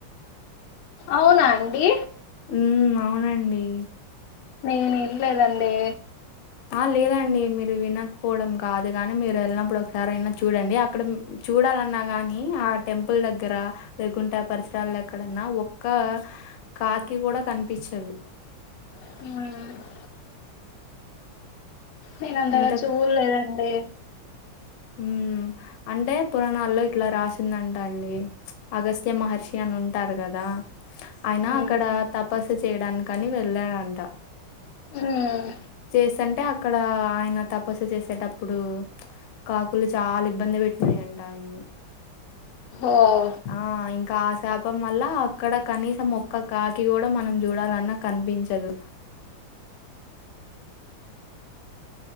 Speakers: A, on the left; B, on the left.
A: అవునా అండి
B: మ్మ్ అవునండి
A: నేను ఇన్లేదండి
B: ఆ లేదండి మీరు వినకపోవడం కాదు కానీ మీరు వెళ్ళినప్పుడు ఒకసారి అయినా చూడండి అక్కడ చూడాలన్నా గాని ఆ టెంపుల్ దగ్గర లేగుంటె ఆ పరిసరాల్లో ఎక్కడన్నా ఒక్క కాకి కూడా కనిపిచదు
A: ఉ నేను అంతగా
B: ఇంతకు
A: చూడ్లేదండి
B: మ్మ్ అంటే పురాణాల్లో ఇట్లా రాసిందంట అండి అగస్త్యమహర్షి అని ఉంటారు కదా ఆయన
A: మ్మ్.
B: అక్కడ తపస్సు చేయడానికని వెళ్ళడంట
A: మ్మ్.
B: చేస్తంటే అక్కడ ఆయన తపస్సు చేసేటప్పుడు కాకులు చాలా ఇబ్బంది పెట్టినాయంట ఆయన్ని
A: ఓహో
B: ఆ ఇంకా ఆ శాపం వల్ల అక్కడ కనీసం ఒక్క కాకి కూడా మనం చూడాలన్నా కనిపించదు